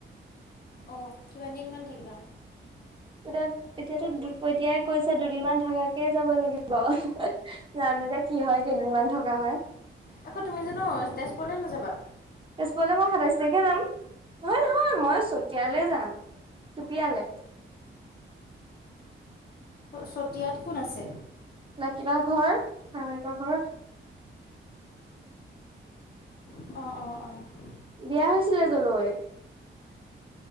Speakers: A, on the left (about 45°); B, on the right (about 25°).
A: অঁ কিমান দিন মান থাকিবা?
B: এতিয়া, এতিয়াটো কৈছে দুদিনমান থকাকে যাব লাগিব। জানো এতিয়া কি হয়, কেইদিনমান থকা হয়।
A: আকৌ তুমি জানো তেজপুৰলৈ নাযাবা?
B: তেজপুৰলৈ মই সাতাইশ তাৰিখে যাম, নহয়-নহয় মই চতিয়ালে যাম। কেতিয়ালে?
A: চতিয়াত কোন আছে?
B: নাকি বা ঘৰ, শাহয়েকৰ ঘৰ।
A: অহ', -অহ', -অহ', -।
B: বিয়া হৈছিলে তালৈ।